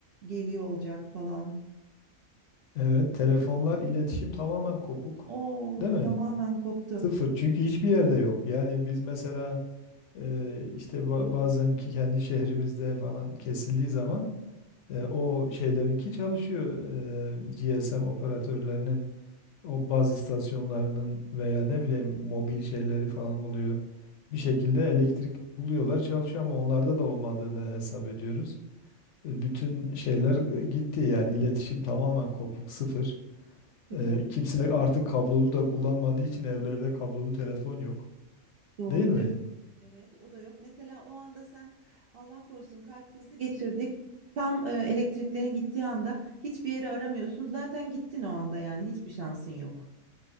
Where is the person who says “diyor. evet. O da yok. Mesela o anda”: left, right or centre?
Right